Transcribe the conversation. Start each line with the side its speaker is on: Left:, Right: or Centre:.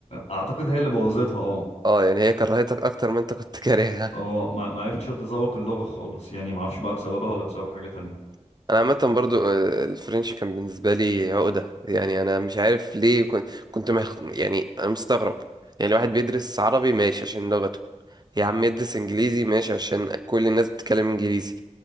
Left: اعتقد هي اللي بوظتها اه
Right: اه يعني هي كرهتك اكتر ما انت كنت كارهها
Left: اه ما ما عرفتش اتذوق اللغة خالص يعني ما اعرفش بقى بسببها ولا بسبب حاجة تانية
Right: <laughs> انا عامه برضو آه، الفرنش كان بالنسبه لي عقده يعني انا مش عارف ليه كنت كنت مخ... يعني انا مستغرب يعني الواحد بيدرس عربي ماشي عشان لغته يا عم يدرس انجليزي ماشي عشان كل الناس بتتكلم انجليزي